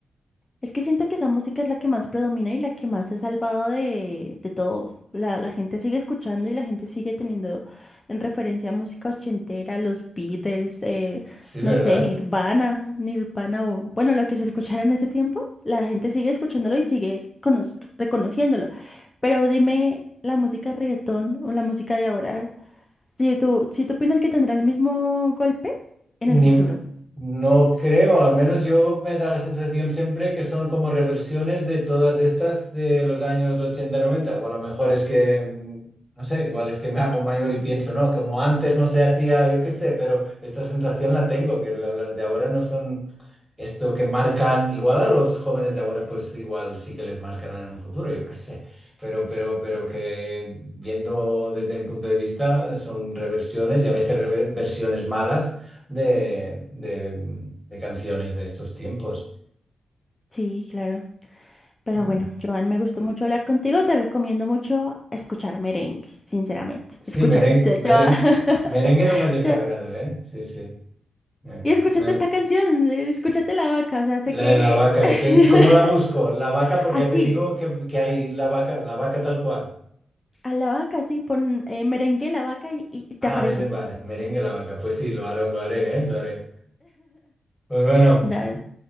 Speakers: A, on the left; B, in the centre.
A: Es que siento que esa música es la que más predomina y la que más se ha salvado de, de todo. La, la gente sigue escuchando y la gente sigue teniendo en referencia música ochentera, los Beatles, eh,
B: Sí,
A: no
B: ¿verdad?
A: sé, Nirvana, Nirvana o bueno, lo que se escuchara en ese tiempo, la gente sigue escuchándolo y sigue cono- reconociéndolo. Pero dime la música de reggaetón o la música de ahora, si tú, si tú opinas que tendrá el mismo golpe en
B: Ni-
A: el futuro.
B: no creo, al menos yo me da la sensación siempre que son como reversiones de todas estas de los años ochenta noventa o a lo mejor es que, mm, no sé, igual es que me hago mayor y pienso, no, como antes no se hacía, yo qué sé, pero esta sensación la tengo, que la- las de ahora no son esto que marcan, igual a los jóvenes de ahora, pues igual sí que les marcarán en un futuro, yo qué sé, pero, pero, pero que viendo desde mi punto de vista son reversiones y a veces reversiones malas de, de- mm, de canciones de estos tiempos.
A: Sí, claro. Pero
B: Sí,
A: bueno, Joan, me gustó mucho hablar contigo. Te recomiendo mucho escuchar merengue, sinceramente.
B: Sí,
A: Escúchalo,
B: merengue,
A: te,
B: merengue,
A: te va... <laughs>
B: merengue no me desagrada,
A: te-
B: ¿eh? Sí, sí. Eh,
A: Y escúchate
B: me-
A: esta canción, eh, escúchate La Vaca, o sea, sé que...
B: la de la vaca,
A: <laughs>
B: ¿qué- ¿y cómo la busco? La vaca, porque
A: Así,
B: ya te digo que, que hay la vaca, la vaca tal cual.
A: a La Vaca, sí, pon eh, merengue La Vaca y, y- y te
B: Ah,
A: aparece.
B: es de vale, merengue la vaca. Pues sí, lo haré, lo haré, ¿eh? Lo haré. Pues bueno,
A: Dale.